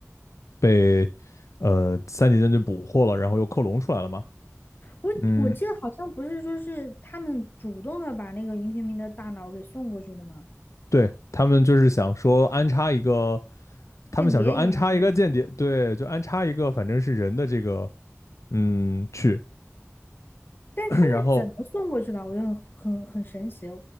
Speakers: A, on the left; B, on the left.
A: 被呃三级舰队捕获了，然后又克隆出来了吗？
B: 我我记得好像不是说是他们主动的把那个云天明的大脑给送过去的吗？
A: 嗯，对，他们就是想说安插一个，他们想说安插一个间谍，
B: 间谍一样的东西。
A: 对，就安插一个反正是人的这个，嗯，去，
B: 但是他们怎么送过去的？
A: <clears throat> 然后
B: 我觉得很很很神奇，